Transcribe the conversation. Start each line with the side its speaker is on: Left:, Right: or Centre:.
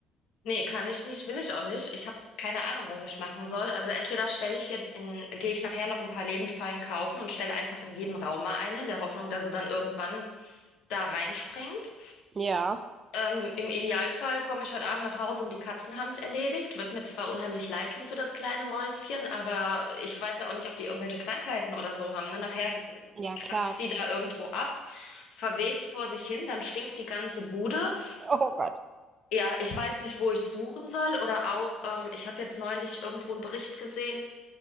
Left: Nee, kann ich nicht, will ich auch nicht. Ich habe keine Ahnung, was ich machen soll. Also entweder stelle ich jetzt in, gehe ich nachher noch ein paar Lebendfallen kaufen und stelle einfach in jeden Raum mal eine, in der Hoffnung, dass er dann irgendwann da reinspringt.
Right: Ja,
Left: Ähm, im Idealfall komme ich heute Abend nach Hause und die Katzen haben es erledigt. Wird mir zwar unheimlich leid tun für das kleine Mäuschen, aber ich weiß ja auch nicht, ob die irgendwelche Krankheiten oder so haben, ne? Nachher
Right: ja,
Left: kratzt
Right: klar.
Left: die da irgendwo ab, verwest vor sich hin, dann stinkt die ganze Bude.
Right: Oh Gott.
Left: Ja, ich weiß nicht, wo ich suchen soll oder auch, ähm, ich habe jetzt neulich irgendwo einen Bericht gesehen